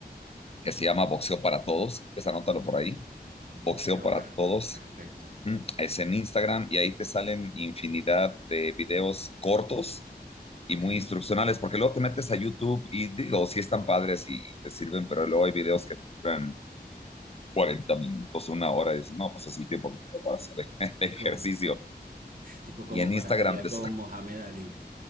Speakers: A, on the left (about 35°); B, on the right (about 55°).
A: que se llama Boxeo para Todos. ¿Quieres anótalo por ahí? Boxeo
B: Boxeo
A: para
B: para
A: Todos.
B: todos, perfecto.
A: Mm, Es en Instagram y ahí te salen infinidad de videos cortos y
B: Ok.
A: muy instruccionales, porque luego te metes a YouTube y digo, sí están padres y te sirven, pero luego hay videos que duran 40 minutos, una hora, y dices, no, pues es el tiempo que tengo para hacer <laughs> el ejercicio.
B: Como, tipo como
A: Y en
B: para
A: Instagram
B: pelear
A: te,
B: con Mohamed Ali.